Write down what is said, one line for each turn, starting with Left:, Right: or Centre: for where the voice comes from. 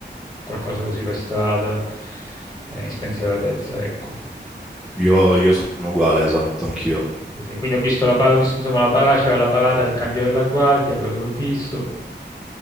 Left: qualcosa così per strada, eh, in spensieratezza, ecco.
Centre: Io, io sono uguale, esatto, anch'io.
Left: Sì, sì, Quindi ho visto la parata, insomma, la parata, c'era la parata del cambio della guardia, quello l'ho visto.